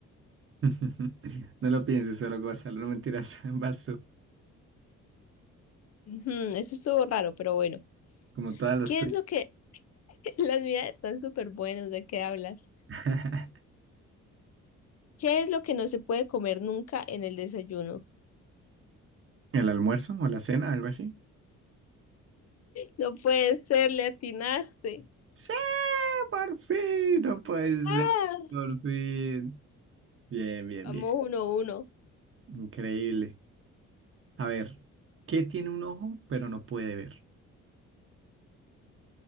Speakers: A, on the right (about 45°); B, on the left (about 55°).
A: <laughs> No lo pienses solo, Gonzalo, no mentiras. <laughs> Vas tú,
B: Ujú, eso estuvo raro, pero bueno.
A: como todas las
B: ¿Qué
A: tuyas.
B: es lo que... <laughs> Las mías están súper buenas, ¿de qué hablas?
A: <laughs>
B: ¿Qué es lo que no se puede comer nunca en el desayuno?
A: ¿El almuerzo o la cena, algo así?
B: No puede ser, le atinaste.
A: Sí, por fin, no puede
B: ¡Ah!
A: ser, por fin. Bien, bien,
B: Vamos
A: bien.
B: uno a uno.
A: Increíble. A ver, ¿qué tiene un ojo pero no puede ver?